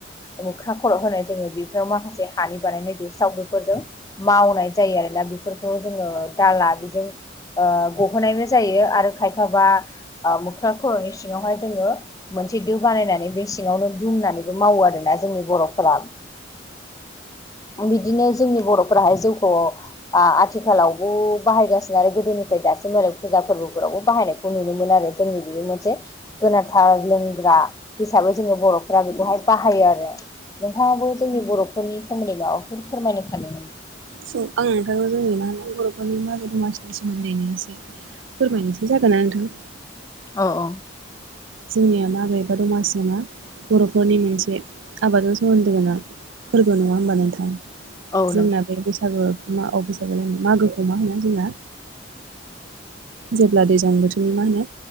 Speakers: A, on the left (about 20°); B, on the right (about 85°).
A: मोख्रां खर' होनाय जोङो बेफोराव माखासे हानि बानायनायदो सावदोफोरजों मावनाय जायो आरोोना बेफोरखौ जोङो दाला बेजों गहोनायबो जायो आरो खायफाबा मोख्रा खर'नि सिङावहाय जोङो मोनसे दो बानायनानै बे सिङावनो दुमनानैबो मावो आरोोना जोंनि बर'फोरा बिदिनो जोंनि बर'फोराहाय जिउखौ आथिखालाव बाहायगासिनो आरो गोदोनिफ्राय दासिम आरो फुजा फोरबोफोरावबो बाहायनायखौ नुनो मोन आरो जोंनि बेयो मोनसे गोनांथार लोंग्रा हिसाबै जोङो बर'फ्रा बेखौहाय बाहायो आरो नोंथाङाबो जोंनि बर'फोरनि सोमोन्दै माबाफोर फोरमायनो सानमोन
B: स आं नोंथ' जो बर'फोरनि मागो दमसिनि सोमोन्दैनो एसे फोरमायनोसै जागोनना नोंथां
A: औ औ
B: जोंनिया मागैबा दमासिया मा बर'फोरनि मोनसे आबादजों सोमोन्दो गोनां फोरबो नङा होमबा नोंथां
A: औ
B: जोंना बे बैसागो म बैसागो जनो मागो मा होनो जोंहा जेब्ला दैजां बोथोरनि मा होनो